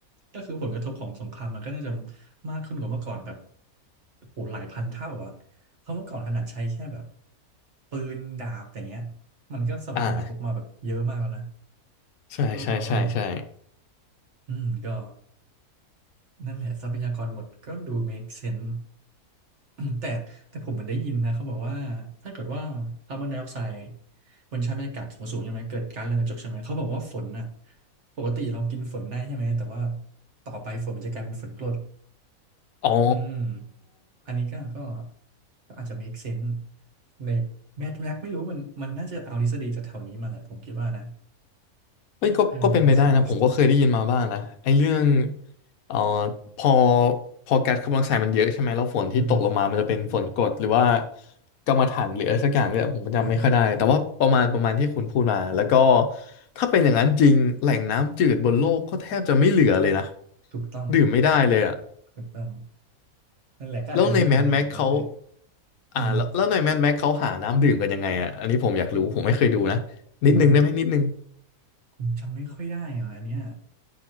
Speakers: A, on the right (about 55°); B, on the left (about 75°).
A: ก็คือผลกระทบของสงครามมันก็น่าจะมากขึ้นกว่าเมื่อก่อนแบบโหหลายพันเท่าอ่ะเพราะเมื่อก่อนขนาดใช้แค่แบบปืนดาบอย่างเงี้ยมันก็ส่งผลกระทบมาแบบเยอะมากแล้วนะ
B: อ่าใช่ใช่ใช่ใช่
A: โลกเราก็อืมก็นั่นแหละทรัพยากรหมดก็ดู make sense <coughs> แต่แต่ผมมันได้ยินนะเขาบอกว่าถ้าเกิดว่าคาร์บอนไดออกไซด์บนชั้นบรรยากาศสูงสูงใช่ไหมเกิดก๊าซเรือนกระจกใช่ไหมเขาบอกว่าฝนอ่ะปกติเรากินฝนได้ใช่ไหมแต่ว่าต่อไปฝนมันจะกลายเป็นฝนกรด
B: อ๋อ
A: อืมอันนี้ก็ก็ก็อาจจะ make sense ในแมทแม็กไม่รู้มันมันน่าจะเอาทฤษฎีจากแถวนี้มาแหละผมคิดว่านะ
B: เอ้ยก็ก็เป็นไปได้นะผมก็เคยได้ยินมาบ้างนะไอ้เรื่อง
A: เออมันน่าจะ realistic
B: เอ่อพอพอแก๊สคาร์บอนไดออกไซด์มันเยอะใช่ไหมแล้วฝนที่ตกลงมามันจะเป็นฝนกรดหรือว่า
A: อือฮึ
B: กำมะถันหรืออะไรสักอย่างเนี่ยผมจำไม่ค่อยได้แต่ว่าประมาณประมาณที่คุณพูดมาแล้วก็
A: อ่าอ่าอ่า
B: ถ้าเป็นอย่างนั้นจริงแหล่งน้ำจืดบนโลกก็แทบจะไม่เหลือเลยนะ
A: ถูกต้อง
B: ดื่มไม่ได้เลยอะ
A: ถูกต้องนั่นแหละก็อาจจะเป็นที่มาของแมทแม็ก
B: แล้วในแม d แม็กเขาอ่าแล้วแล้วในแม
A: อือฮึ
B: d แม็กเขาหาน้ำดื่มกันยังไงอะอันนี้ผมอยากรู้ผมไม่เคยดูนะนิดนึงได้ไหมนิดนึง
A: โอ้โห ผมจำไม่ค่อยได้อ่ะอันเนี้ย